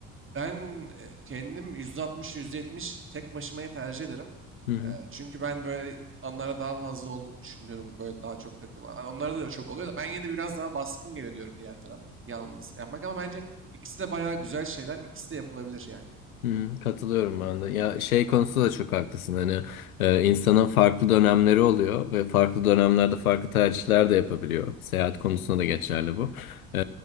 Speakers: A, on the right; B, on the left.
A: Ben e, kendim %60, %70 tek başımayı tercih ederim.
B: hı. hı.
A: E, çünkü ben böyle anlara daha fazla olduğumu düşünüyorum. Böyle daha çok takılma. Onlara da çok oluyor da ben yine de biraz daha baskın geliyor diyorum diğer taraf. Yalnız yapmak ama bence ikisi de bayağı güzel şeyler. İkisi de yapılabilir yani.
B: Hı, katılıyorum ben de. Ya şey konusunda da çok haklısın. Hani e, insanın farklı dönemleri oluyor ve farklı dönemlerde farklı tercihler de yapabiliyor. Seyahat konusunda da geçerli bu. E,